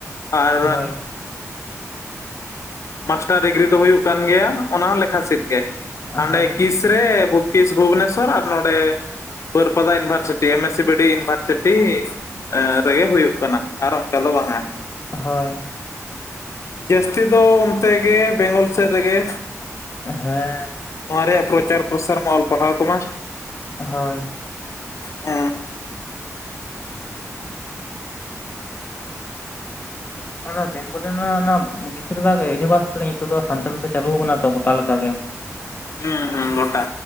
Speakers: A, on the left; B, on the left.
A: ᱟᱨ
B: ᱦᱳᱭ
A: ᱢᱟᱥᱴᱟᱨ ᱰᱤᱜᱽᱨᱤ ᱫᱚ ᱦᱩᱭᱩᱜ ᱠᱟᱱ ᱜᱮᱭᱟ ᱚᱱᱟ ᱦᱚᱸ ᱞᱮᱠᱷᱟ ᱥᱤᱴ ᱜᱮ
B: ᱦᱳᱭ
A: ᱦᱟᱸᱰᱮ ᱠᱤᱥ ᱨᱮ ᱵᱩᱠ ᱠᱤᱥ ᱵᱷᱩᱵᱚᱱᱮᱥᱥᱚᱨ ᱟᱨ ᱱᱚᱰᱮ Baripada university M S C B D university ᱨᱮᱜᱮ ᱦᱩᱭᱩᱜ ᱠᱟᱱᱟ ᱟᱨ ᱚᱱᱠᱟ ᱫᱚ ᱵᱟᱝᱟ
B: ᱦᱳᱭ
A: ᱡᱟᱹᱥᱛᱤ ᱫᱚ ᱚᱱᱛᱮ ᱜᱮ ᱵᱮᱝᱜᱚᱞ ᱥᱮᱫ ᱨᱮᱜᱮ
B: ᱦᱮᱸ
A: ᱱᱚᱣᱟ ᱨᱮᱭᱟᱜ ᱯᱨᱚᱪᱟᱨ ᱯᱨᱚᱥᱟᱨ ᱢᱟ ᱚᱞ ᱯᱟᱲᱦᱟᱣ ᱠᱚᱢᱟ
B: ᱦᱳᱭ
A: ᱦᱩᱸ
B: ᱚᱱᱟ ᱵᱮᱝᱜᱚᱞ ᱨᱮᱱᱟᱜ ᱚᱱᱟ ᱵᱮᱥᱤᱨ ᱵᱷᱟᱜ ᱤᱭᱩᱱᱤᱵᱷᱟᱨᱥᱤᱴᱤ ᱨᱮ ᱱᱤᱛᱚᱜ ᱫᱚ ᱥᱟᱱᱛᱟᱞᱤ ᱛᱮ ᱪᱟᱞᱩ ᱠᱟᱱᱟ ᱛᱚ ᱜᱚᱴᱟ ᱞᱮᱠᱟ ᱜᱮ
A: ᱦᱩᱸ ᱦᱩᱸ ᱜᱚᱴᱟ